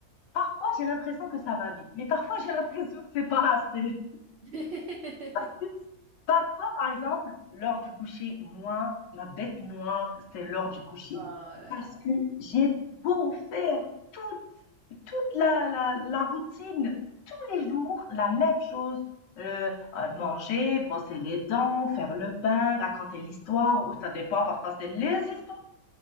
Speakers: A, on the left; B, on the right.
A: parfois j'ai l'impression que ça va vite, mais parfois j'ai l'impression que c'est pas assez.
B: <laughs>
A: <laughs> Parfois, par exemple, l'heure du coucher, moi, ma bête noire, c'est l'heure du coucher.
B: Oh là
A: Parce
B: là,
A: que j'ai beau faire toute, toute la, la, la routine, tous les jours, la même chose. Euh, euh, manger, brosser les dents, faire le bain, raconter l'histoire, ou ça dépend, parfois c'est les histoires.